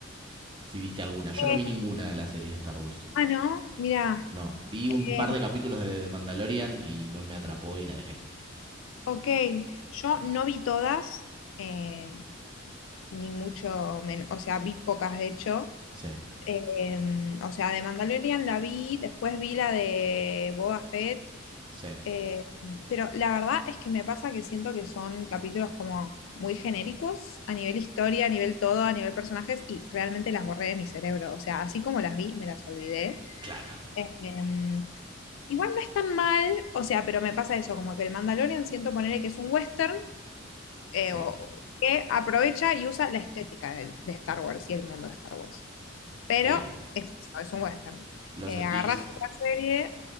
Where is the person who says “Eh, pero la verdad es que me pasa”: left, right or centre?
Left